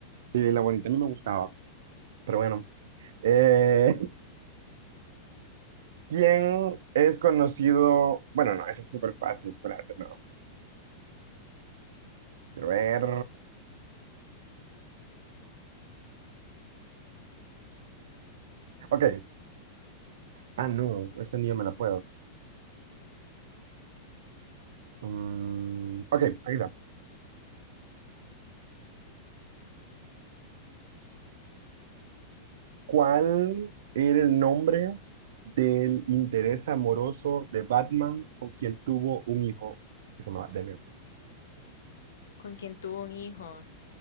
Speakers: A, on the right; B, on the left.
A: Sí, la bonita a mí me gustaba, pero bueno. Eh, <laughs> ¿quién es conocido? Bueno, no, esa es súper fácil, espérate, no. Quiero ver. Ok, ah, no, esta ni yo me la puedo. Mm, ok, aquí está. ¿Cuál era el nombre del interés amoroso de Batman con quien tuvo un hijo que se llamaba Damian?
B: Con quien tuvo un hijo.